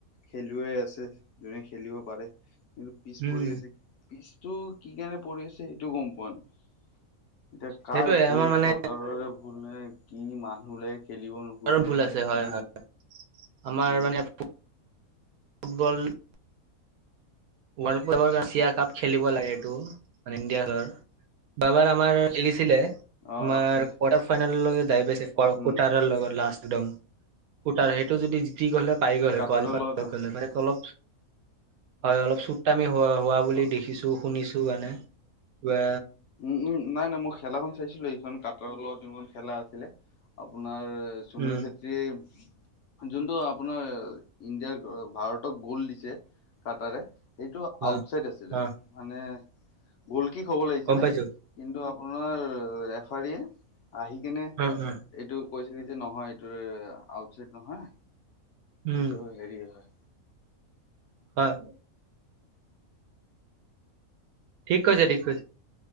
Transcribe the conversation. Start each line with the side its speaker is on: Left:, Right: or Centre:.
Left: খেলুৱৈ আছে যোনে খেলিব পাৰে কিন্তু পিছ
Right: উম
Left: পৰি আছে - পিছটো কি কাৰণে পৰি আছে সেইটো গম পোৱা নাই। এতিয়া কাৰ
Right: সেইটোয়ে
Left: ভুল
Right: আমাৰ মানে
Left: চৰকাৰৰে - ভুল নে কি মানুহ লাগ খেলিব নোখোজে
Right: আৰু ভুল আছে
Left: নে কি?
Right: হয় হয় আমাৰ
Left: উম
Right: মানে ফুটবল - ৱৰ্ল্ড কাপৰ বা এছিয়া কাপ খেলিব লাগে এইটো মানে ইণ্ডিয়া লৰ- যোৱা বাৰ আমাৰ খেলিছিলে -
Left: অ
Right: আমাৰ
Left: অ সেই
Right: কোৱাৰাৰ্টাৰ ফাইনাললৈকে যাই পাইছে লগ
Left: উম
Right: কাৰ্টাৰ লগত লাষ্ট একদম। কুটাৰ সেইটো যদি জিতি গ'লে হয় পাই গ'লে
Left: কাটাৰৰ
Right: কোৱালিফাই
Left: লগত
Right: হৈ গলে, মানে অলপ - হয় অলপ চুট তামি হোৱা বুলি
Left: অ
Right: দেখিছো। শুনিছো মানে, বা
Left: উম উম নাই নাই মই খেলাখন চাইছিলো সেইখন কাট - কাটৰ লগত যোনখন খেলা আছিলে আপোনাৰ সুনীল
Right: উম
Left: চেত্ৰীয়ে- যোনটো আপোনাৰ ইণ্ডিয়াৰ ভাৰতক গোল দিছে কাৰ্টৰে - সেইটো আউটচাইড
Right: অ
Left: আছিলে
Right: অ
Left: মানে গোল কিক হ'ব লাগিছিলে
Right: গম পাইছো
Left: - কিন্তু আপোনাৰ ৰেফাৰীয়ে আহি কিনে
Right: উম উম
Left: - এইটো কৈছে কি যে নহয় এইটো আউটচাইড নহয়
Right: উম
Left: এইটো হেৰি হয়।
Right: হয়। ঠিক কৈছে ঠিক কৈছে।